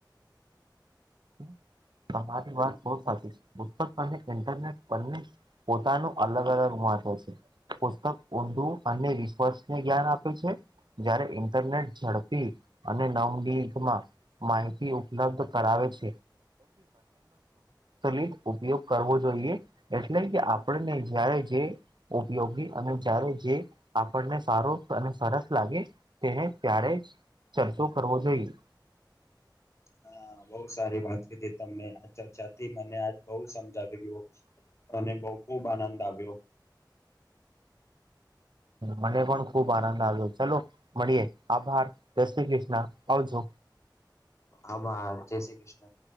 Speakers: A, on the right (about 70°); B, on the left (about 40°).
A: <inaudible> તમારી વાત બહુ સાચી છે, પુસ્તક અને ઇન્ટરનેટ બંને પોતાનું અલગ અલગ વા હોય છે, પુસ્તક ઓનુ અને <unintelligible> ને જ્ઞાન આપે છે જ્યારે, ઇન્ટરનેટ ઝડપી અને નવનીત માં માહિતી ઉપલબ્ધ કરાવે છે. સલિત ઉપયોગ કરવો જોઈએ એટલે કે આપણને જ્યારે જે ઉપયોગી અને જ્યારે જે આપણને સારો અને સરસ લાગે તેને ત્યારેજ ચર્ચો કરવો જોઈએ.
B: હા બહુ સારી વાત કીધી તમને આ ચર્ચાથી મને આજ બહુ સમજાવી ગ્યું. અને બહું ખુબ આનંદ આવ્યો.
A: મને પણ ખુબ આનંદ આવ્યો ચલો મળીએ, આભાર, જય શ્રી કૃષ્ ણ આવજો.
B: આભાર, જય શ્રી કૃષ્ણ.